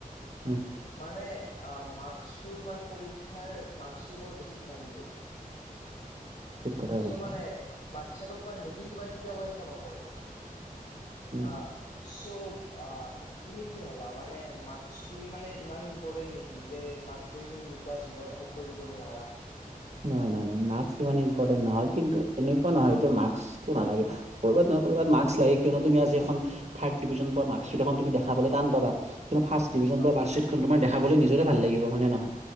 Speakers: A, on the right; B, on the left.
A: উম
B: মানে, মাক্সটোৰ মান পৰীক্ষাৰ মাক্সটোত বেছি ধ্যান দিয়ে।
A: ঠিক কথা
B: চ'
A: কৈছা
B: মানে বাচ্ছাটোক মানে নতুন কিবা শিক্ষা ব্যৱস্থা নকৰে।
A: উম
B: আহ চ' আ তুমি কি ভাবা মানে মাক্সটো মানে ইমান ইম্পৰ্টেন্ট নেকি যে মাক্স যদি তুমি নোপোৱা জীৱন একো কৰিব নোৱাৰা।
A: নহয় নহয় মাক্স ইমান ইম্পৰ্টেন্ট নহয় কিন্তু এনেকুৱা নহয় যে মাক্সটো নালাগে কৰবাত ক'ৰবাত মাক্স লাগেই কিয়নো আজি এখন থা ডিভিজন পোৱা
B: হয়
A: মাক্সিত এখন তুমি দেখাব টান পাবা কিন্তু ফাৰ্ষ ডিভিজন
B: হয়
A: পোৱা মাক্সচিতখন
B: হয়
A: তোমাৰ দে খাবলৈ নিজৰে ভাল লাগিব হয় নে নহয়